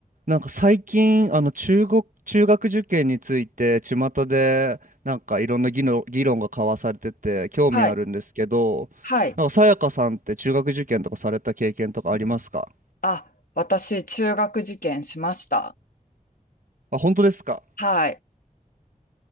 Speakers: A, on the right; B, on the left.
A: なんか最近、あの中国、中学受験について、巷でなんかいろんな議論、議論が交わされてて、興味あるんですけど、
B: はい。はい。
A: なんかさやかさんって中学受験とかされた経験とかありますか
B: あ、私、中学受験しました。
A: あ、本当ですか
B: はい。